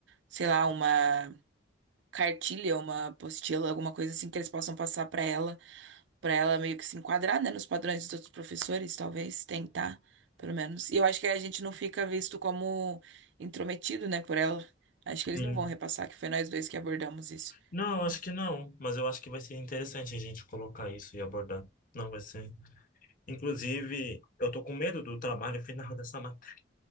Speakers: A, on the right (about 65°); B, on the left (about 45°).
A: sei lá, uma cartilha, uma apostila, alguma coisa assim que eles possam passar pra ela Pra ela meio que se enquadrar, né, nos padrões dos outros professores, talvez tentar, pelo menos. E eu acho que a gente não fica visto como intrometido, né, por ela. Acho que
B: sim.
A: eles não vão repassar que foi nós dois que abordamos isso.
B: Não, eu acho que não, mas eu acho que vai ser interessante a gente colocar isso e abordar. Não, vai ser. Inclusive, eu tô com medo do trabalho <laughs> final dessa matéria.